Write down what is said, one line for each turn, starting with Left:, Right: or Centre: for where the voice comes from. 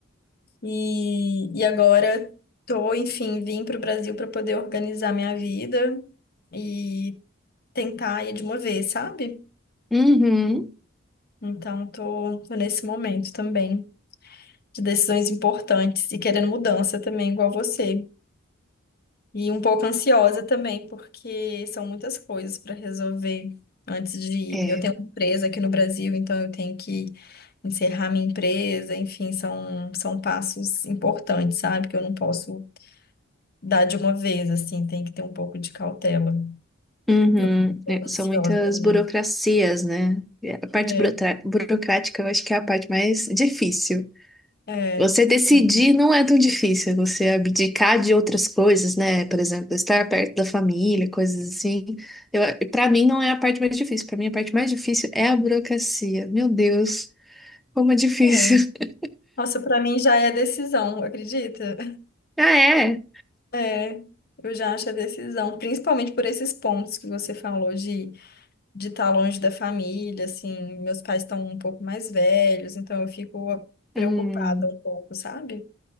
Left: e, e agora tô, enfim, vim para o Brasil para poder organizar minha vida e tentar ir de uma vez, sabe?
Centre: Uhum.
Left: Então, tô, tô nesse momento também de decisões importantes e querendo mudança também, igual você. E um pouco ansiosa também, porque são muitas coisas para resolver antes de ir.
Centre: É.
Left: Eu tenho uma empresa aqui no Brasil, então eu tenho que encerrar minha empresa, enfim, são, são passos importantes, sabe? Que eu não posso dar de uma vez, assim, tem que ter um pouco de cautela.
Centre: Uhum.
Left: Eu fico um pouco
Centre: É,
Left: ansiosa
Centre: são muitas
Left: às vezes.
Centre: burocracias, né? E A parte
Left: É,
Centre: burocra- burocrática eu acho que é a parte mais difícil.
Left: é,
Centre: Você decidir
Left: sim.
Centre: não é tão difícil, é você abdicar de outras coisas, né? Por exemplo, estar perto da família, coisas assim. Eu, para mim não é a parte mais difícil. Para mim a parte mais difícil é a burocracia. Meu Deus, como é difícil.
Left: É.
Centre: <laughs>
Left: Nossa, para mim já é decisão, acredita?
Centre: Ah, é.
Left: É, eu já acho a decisão, principalmente por esses pontos que você falou de de estar longe da família, assim, meus pais estão um pouco mais velhos, então eu fico preocupada
Centre: Hum,
Left: um pouco, sabe?